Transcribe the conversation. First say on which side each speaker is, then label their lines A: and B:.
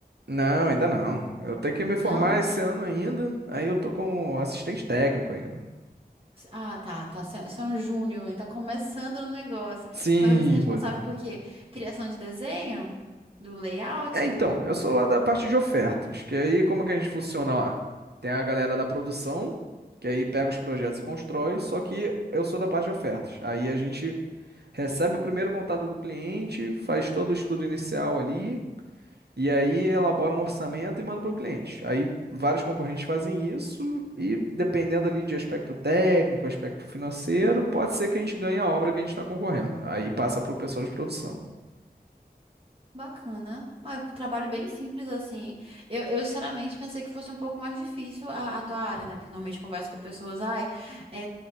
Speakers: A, on the right; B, on the right.
A: Não, ainda não. Eu tenho que me formar
B: Não?
A: esse ano ainda. Aí eu tô como assistente técnico ainda.
B: Ah, tá, tá. Você você é um júnior e tá começando no negócio.
A: Sim,
B: Mas você é responsável
A: pois é.
B: por quê? Criação de desenho? Do layout?
A: É, então, eu sou lá da parte de ofertas, que aí como que a gente funciona lá? Tem a galera da produção, que aí pega os projetos e constrói, só que eu sou da parte de ofertas. Aí a gente recebe o primeiro contato do cliente, faz todo o estudo inicial ali, E aí elabora um orçamento e manda para o cliente. Aí vários concorrentes fazem isso e dependendo ali de aspecto técnico, aspecto financeiro, pode ser que a gente ganhe a obra que a gente está concorrendo. Aí passa para o pessoal de produção.
B: Bacana. Mas É um trabalho bem simples, assim. Eu, eu, sinceramente, pensei que fosse um pouco mais difícil a, a tua área, né? Porque normalmente eu converso com pessoas, ai, é